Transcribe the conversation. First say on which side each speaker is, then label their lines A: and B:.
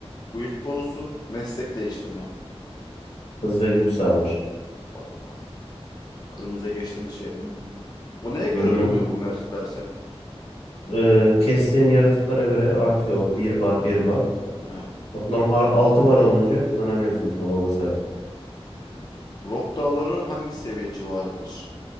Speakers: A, on the left; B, on the left.
A: Guild bonusu. Meslek değiştirme.
B: Hız ve güç sağlar.
A: Vay be. Kırmızıya geçtiğimiz şey değil mi bu? Bu neye göre
B: Hı hı.
A: doluyor bu Mers Berserk?
B: Ee, kestiğin yaratıklara göre artıyor. Bir bar, bir bar.
A: He.
B: Toplam 6 bar olunca kullanabiliyorsun taba basarak.
A: Hmm. Rock dağları hangi seviye civarıdır?